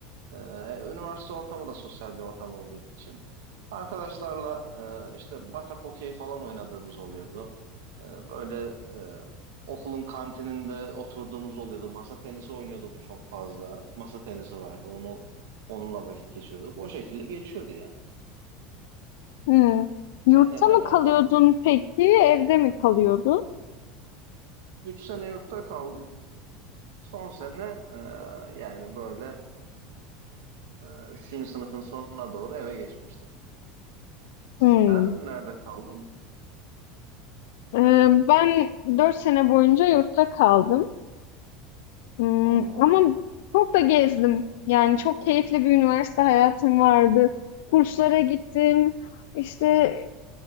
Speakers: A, on the right (about 85°); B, on the left (about 75°).
A: ee, üniversite ortamı da sosyal bir ortam olduğu için. Arkadaşlarla e, işte batak okey falan oynadığımız oluyordu. E, böyle e, okulun kantininde oturduğumuz oluyordu. Masa tenisi oynuyorduk çok fazla. Masa tenisi vardı. Onu onunla vakit geçiriyorduk. O şekilde geçiyordu ya.
B: hmm. Yurtta
A: Sen neler
B: mı
A: yaptın?
B: kalıyordun peki, evde mi kalıyordun?
A: Üç sene yurtta kaldım. Son sene e, yani böyle e, üçüncü sınıfın sonuna doğru eve geçmiştim.
B: Hmm.
A: Sen nerede kaldın?
B: Ee, ben 4 sene boyunca yurtta kaldım. Hmm,
A: Hı hı.
B: ama çok da gezdim. Yani çok keyifli bir üniversite hayatım vardı. Kurslara gittim. İşte